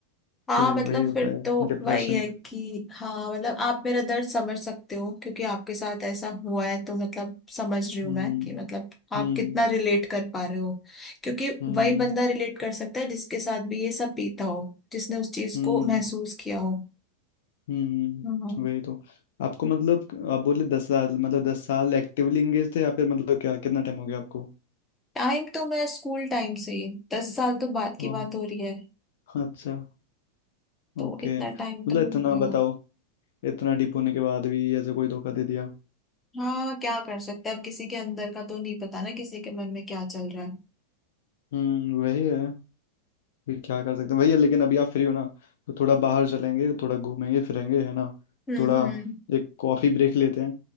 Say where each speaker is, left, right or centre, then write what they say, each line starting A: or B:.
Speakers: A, on the left; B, on the left.
A: हाँ
B: फिर
A: मतलब
B: वही होता
A: फिर
B: है
A: तो
B: डिप्रेशन
A: वही है कि हाँ मतलब आप मेरा दर्द समझ सकते हो क्योंकि आपके साथ ऐसा हुआ है तो मतलब समझ रही हूँ
B: हम्म
A: मैं कि मतलब आप
B: हम्म
A: कितना रिलेट कर पा रहे हो क्योंकि
B: हम्म
A: वही बंदा रिलेट कर सकता है जिसके साथ भी ये सब बीता हो जिसने उस चीज
B: हम्म
A: को महसूस किया हो
B: हम्म
A: हम्म
B: वही तो आपको मतलब आप बोले दस साल मतलब दस साल एक्टिवली एंगेज थे या फिर मतलब क्या कितना टाइम हो गया आपको
A: टाइम तो मैं स्कूल टाइम से ही दस साल तो बाद की
B: ओ,
A: बात हो रही है
B: अच्छा
A: तो
B: ओके
A: इतना
B: मतलब
A: टाइम तो
B: इतना
A: हो गया
B: बताओ इतना डीप होने के बाद भी ऐसे कोई धोखा दे दिया
A: हाँ क्या कर सकते हैं अब किसी के अंदर का तो नहीं पता ना किसी के मन में क्या चल रहा है
B: हम्म वही है फिर क्या कर सकते हैं वही है लेकिन अभी आप फ्री हो ना तो थोड़ा बाहर चलेंगे थोड़ा घूमेंगे फिरेंगे है ना
A: हम्म
B: थोड़ा
A: हम्म
B: एक कॉफी ब्रेक लेते हैं